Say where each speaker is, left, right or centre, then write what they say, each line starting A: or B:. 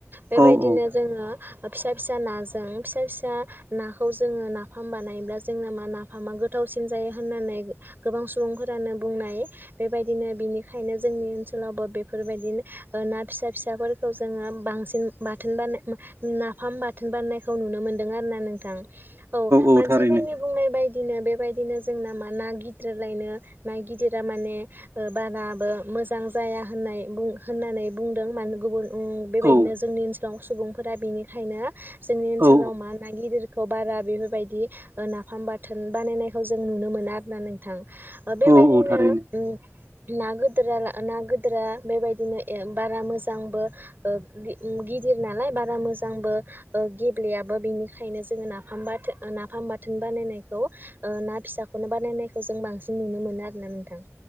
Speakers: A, on the right (about 40°); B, on the right (about 65°).
A: बेबायदिनो
B: औ औ
A: जोङो फि फिसा फिसा नाजों फिसा फिसा नाखौ जोङो नाफाम बा नायब्ला जोंना मा नाफामा गोथावसिन जायो होन्नानै गोबां सुबुंफोरानो बुंनाय बेबाय दिनो बिनिखायनो जोंनि ओनसोलावबो बेफोरबायदिनो ना फिसा फिसाफोरखौ जोङो बांसिन बाथोन बानाय नाफाम बाथोन बानायनायखौ नुनो मोन्दों आरो ना नोंथां। औ
B: औ
A: मानसिफोरनि
B: थारैनो
A: बुंनाय बायदि नो बेबायदिनो जोंना मा गिदिरायनो न गिदिरा माने ओ बाराबो मोजां जाया होननाय बुं होननानै बुंदों मानो गुबुन बेबायदिनो
B: औ
A: जोंनि ओनसोलाव सुबुंफोरा बेनिखायनो जोंनि ओनसोलाव
B: औ
A: मा ना गिदिर खौ बारा बेफोरबायदि नाफाम बाथोन बानायनायखौ जों नुनो मोनो आर ना नोंथां। आबेबायदिनो
B: औ औ थारैनो
A: ना ना गदोरा बेबायदिनो बारा मोजांबो ओ गिदिर नालाय बारा मोजांबो ओ गेब्लेयाबबो बिनिखायनो जोङो नाफामबो नाफाम बाथोन बानायनायखौ ओ ना फिसाखौनो बानायनायखौ जों बांसिन नुनो मोनो आरो ना नोंथां।